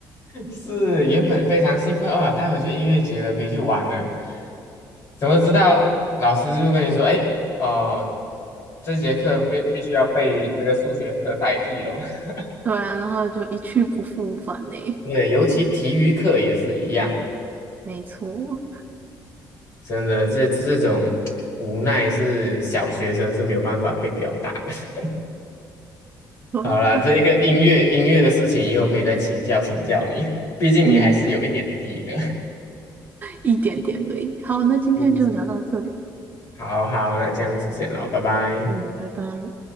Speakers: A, on the left; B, on the right.
A: 是原本非常兴奋啊，待会就音乐节了，可以去玩了。怎么知道老师就跟你说，哎，哦，这节课必必须要被这个数学课代替了。<laughs>
B: 对啊，然后就一去不复返呢。
A: 对，尤其体育课也是一样，
B: <laughs> 没错，
A: 真的，这这种无奈是小学生是没有办法被表达的。<laughs>
B: 对呀、
A: 好啦，
B: 啊
A: 这一个音乐音乐的事情，以后可以再请教请教你，毕竟你还是有一点底的。
B: 嗯，一点点而已。好，
A: <laughs>
B: 那今天就聊到这里，
A: 是是。<laughs> 好好，那这样子先咯，拜拜。
B: 嗯，拜拜。